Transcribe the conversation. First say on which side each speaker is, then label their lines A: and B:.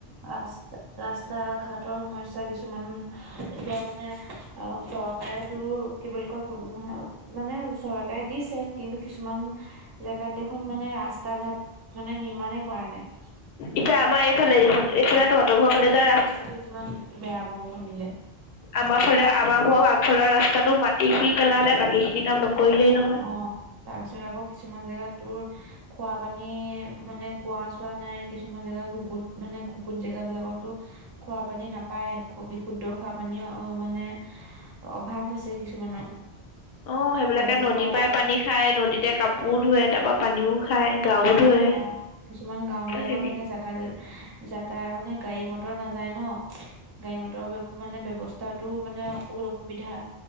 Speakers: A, on the right; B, on the left.
A: ৰাস ৰাস্তা - ঘাটৰ সমস্যা কিছুমান এতিয়া মানে অ চৰকাৰে তোৰ কি বুলি কয় <unintelligible> মানে চৰকাৰে দিছে কিন্তু কিছুমান জেগাত দেখ খন মানে ৰাস্তা - ঘাট মানে নিৰ্মাণে কৰা নাই।
B: এতিয়া আমাৰ এইফালে দেখোন, এইফালে তহঁতৰ ঘৰৰ ফালে যোৱা ৰাস
A: আকৌ কিমান বেয়া বৰষূণ দিলে।
B: আমাৰফালে আমাৰ ঘৰৰ আগফালৰ ৰাস্তাটো মাটি, শিল পেলালে বাকীখিনি কাম নকৰিলেই নহ
A: অহ তাৰপিছত আকৌ কিছুমান জেগাত তোৰ খোৱা - পানী মানে কোৱা - চোৱা নাই কিছুমান জেগা ঘুকুত মানে ঘুকুত জেগাবিলাকতো খোৱা পানী নাপায়, খু বিশুদ্ধ খোৱা পানীও অ মানে অভাৱ হৈছে কিছুমানৰ।
B: অ' সেইবিলাকে
A: তাৰপিছত
B: নদীৰ পৰাই পানী খায়, নদীতে কাপোৰ ধোৱে, তাৰপৰা পানীও খায়, গাও ধুৱে
A: অ' কিছুমান গাঁও বিলাকত
B: সেনেকে
A: মানে যা যাতা মানে গাড়ী মটৰ নাযায় ন গাড়ী মটৰৰ মানে ব্যৱস্থা তাতো মানে বহুত অসুবিধা।